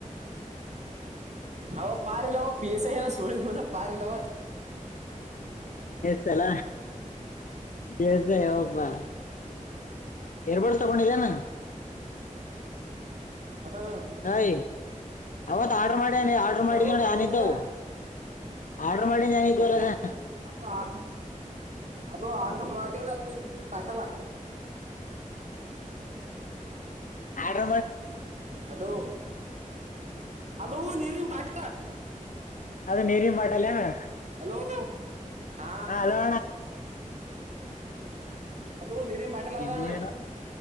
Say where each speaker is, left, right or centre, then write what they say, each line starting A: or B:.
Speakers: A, on the right; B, on the left.
A: ಅವ ಪಾರಿಲ್ಲವ ಪಿ ಎಸ ಎಲ್ಲ ಸಳಿನ ಪಾರಿಲ್ಲವಾ
B: ಸಲ ಎಸ ಹಪ್ಪಾ ಎರ್ ಬಡ್ ತಗೊಂಡಿದಾನ
A: ಹಾ
B: ಅಯ್ ಅವತ್ ಆರ್ಡ್ರ ಮಾಡ್ಯನಿ ಆರ್ಡ್ರ ಮಾಡಿದ
A: ಹ್ಮ
B: ನೋಡ
A: ತಗೊಂಡಿದ
B: ಏನಿದ್ದವು ಆರ್ಡರ್ ಮಾಡಿ ನಾನ ಈ ತರಸ
A: ಏ ಅವು ಅದು ಅದು ಆರ್ಡ್ರ ಮಾಡಿಿದ ಅದದು ನೀನ್ ಪಟಲ್ಲ
B: ಆರ
A: ಹಲೋ ಹಲೋ ನೀರಿಮ ಬಾಟ
B: ಅದ ನೀರಿ ಪಾಟಲ್ಲಯ ಮೇ
A: ಹಲೋ ಹಾ
B: ಹಲೋ
A: ಅದು ನೀರಿನ ಬಾಟಲ್ ಅದಣ
B: ಇನ್ನೇನು